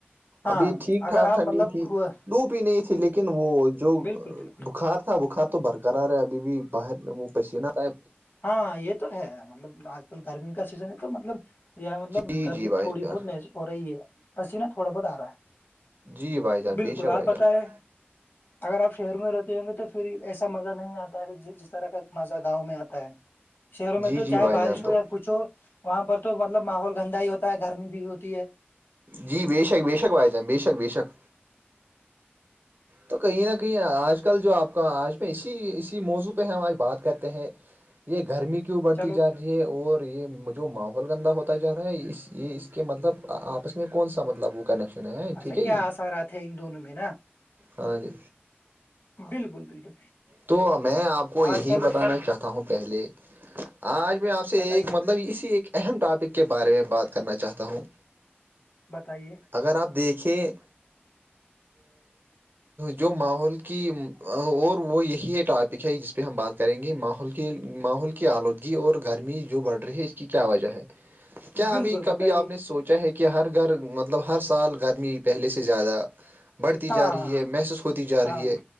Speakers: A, on the left (about 55°); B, on the right (about 50°).
A: ہے ہاں
B: ابھی ٹھیک
A: اگر
B: ٹھاک
A: آپ
B: ٹھنڈی
A: مطلب
B: تھی
A: ہو-
B: دوپ ہی نہیں تھی لیکن وہ جو
A: بالکل بالکل
B: بخار بخار تو برقرار رہ ہے ابھی بھی باہر میں وہ پسینہ آ
A: ہاں یہ تو ہے مطلب آج کل گرمی کا سیزن ہے تو مطلب یہ مطلب
B: جی
A: گرمی
B: جی بھائی
A: تھوڑی
B: جان
A: بہت محسوس ہو رہی ہے پسیینہ تھوڑا بہت آ رہا ہے
B: جی بھائی جان
A: بالکل
B: بے شک بھائی
A: آپ بتیں
B: جان
A: اگر آپ شہروں میں رہتے ہوں گے تو پھر ایسا مزہ نہیں آتا ہے کہ جس طرح کا مزہ گاؤں میں آتا ت شہروں میں
B: جی
A: تو
B: جی
A: چاہے
B: بھائی
A: بارش
B: جان تو
A: ہو یا کچھ ہو وہاں پر تو مطلب ماحول گندا ہی ہوتا ہے گرمی بھی ہوتی ہے
B: جی بےشک بے شک بھائی جان بے شک بے شک تو کہیں نہ کہیں آج کل جو آپ کا آج پہ اسی اسی موضوع پہ ہم آج بات کرتے ہیں یہ گرمی کیوں بڑھ
A: چلو
B: جا رہی یہ اور یہ جو ماحول گندا ہوتا جا رہا ہے یہ اس کے مطلب آپس میں کون سا مطب وہ کنیکشن ہے
A: اچھا
B: ٹھیک ہے
A: کیا
B: جی
A: آثارتے ہیں ان دونوں میں نا
B: ہاں جی
A: بالکل بالکل
B: تو میں آپ کو یہی
A: آج کل
B: بتانا چاہتاوں ہوں پہلے آج میں آپ سے
A: بتائیے
B: ایک مطلب اسی ایک اہم ٹاپک کے بارے میں بات کرنا چاہتا ہوں
A: بتائیے
B: اگر آپ دیکھیں جو ماحول کی اور وہ یہی ٹاپک ہے جس پہ ہم بات کریں گے ماحول کے کہ ماحول کی آلودگی اور گرمی جو بڑھ رہی ہے اس کی کیا وجہ ہے کیا
A: بالکل
B: ابھی
A: بتائیے
B: کبھی آپ نے سوچا چاہے کہ ہر گھر مطلب ہر سال گرمی پہلے سے زیادہ بڑھتی جا
A: ہاں ہاں
B: رہی ہے محسوس ہوتی جا
A: ہاں
B: رہی
A: ہاں
B: ہے